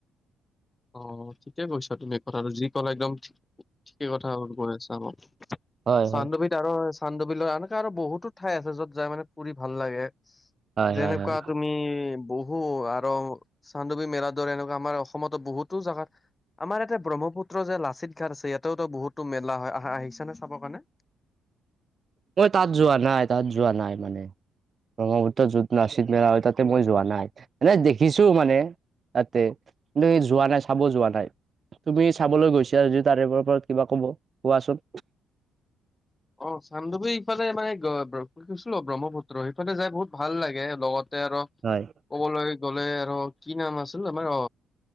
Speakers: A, on the left; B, on the right.
A: অ ঠিকে কৈছা তুমি কথাটো যি ক'লা একদম ঠিকে কথা কৈছা ন।
B: হয়
A: চান্দুবিধ
B: হয়
A: আৰু চান্দু বিলৰ এনেকুৱা আৰু বহুতো ঠাই আছে য'ত যাই মানে ফুৰি ভাল লাগে।
B: হয়
A: যেনেকুৱা
B: হয় হয়
A: তুমি বহু আৰু চান্দুবি মেলা দৰে এনেকুৱা আমাৰ অসমত বহুতো জাগাত আমাৰ ইয়াতে ব্ৰহ্মপুত্ৰৰ যে লাচিত ঘাট আছে ইয়াতো বহুতো মেলা হয় আহিছা নে চাবৰ কাৰণে?
B: মই তাত যোৱা নাই তাত যোৱা নাই মানে। ব্ৰহ্মপুত্ৰ যত লাচিত মেলা হয় তাতে মই যোৱা নাই এনে দেখিছো মানে ততে কিন্তু যোৱা নাই চাব যোৱা নাই। তুমি চাবলৈ গৈছা যদি তাৰে ওপৰত কিবা কোৱাচোন।
A: অ চানদুবি ইফালে মানে গৈছিলো ব্ৰহ্মপুত্ৰ সেইফালে যাই বহুত ভাল লাগে লগতে আৰু
B: হয়।
A: ক'বলৈ গ'লে আৰু কি নাম আছিল আমাৰ অ